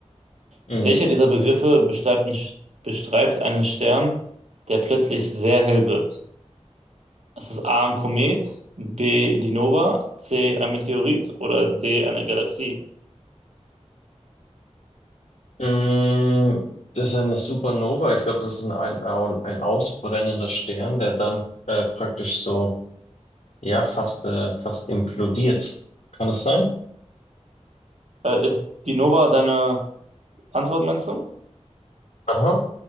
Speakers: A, on the left (about 75°); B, on the right (about 65°).
A: Mhm.
B: Welcher dieser Begriffe beschreibt, einen Sch- beschreibt einen Stern, der plötzlich sehr hell wird? Ist es A ein Komet, B die Nova, C ein Meteorit oder D eine Galaxie?
A: Mm, Das ist eine Supernova. Ich glaube, das ist ein, ein, ein ausbrennender Stern, der dann äh, praktisch so, ja, fast, äh, fast implodiert. Kann das sein?
B: Äh, ist die Nova deine Antwort, meinst du?
A: Aha.